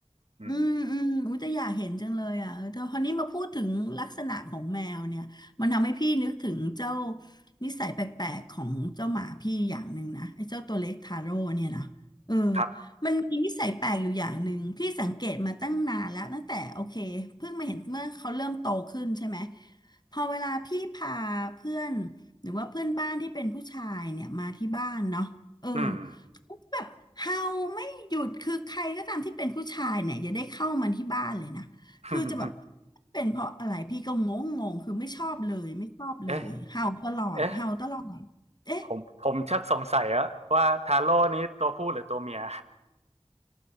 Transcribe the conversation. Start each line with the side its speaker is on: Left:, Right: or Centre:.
Right: อืม
Left: อืมอืมอุ้ยแต่อยากเห็นจังเลยอ่ะเออแต่พอนี้มาพูดถึงลักษณะของแมวเนี่ยมันทำให้พี่นึกถึงเจ้านิสัยแปลกๆของเจ้าหมาพี่อย่างหนึ่งนะไอ้เจ้าตัวเล็กทาโร่เนี่ยนะเออ
Right: ครับ
Left: มันมีนิสัยแปลกอยู่อย่างหนึ่งพี่สังเกตมาตั้งนานแล้วตั้งแต่โอเคเพิ่งมาเห็นเมื่อเขาเริ่มโตขึ้นใช่ไหมพอเวลาพี่พาเพื่อนหรือว่าเพื่อนบ้านที่เป็นผู้ชายเนี่ยมาที่บ้านเนาะเออ
Right: อืม
Left: เขาก็แบบเห่า หยุดคือใครก็ตามที่เป็นผู้ชายเนี่ยอย่าได้เข้ามาที่บ้านเลยนะคือจะแบบ
Right: <laughs>
Left: เป็นเพราะอะไรพี่ก็งงงคือไม่ชอบเลยไม่ชอบเลยเห่าตลอดเห่าตลอดเอ๊ะ
Right: เอ๊ะ เอ๊ะ ผมผมชักสงสัยแล้วว่าทาโร่นี้ตัวผู้หรือตัวเมีย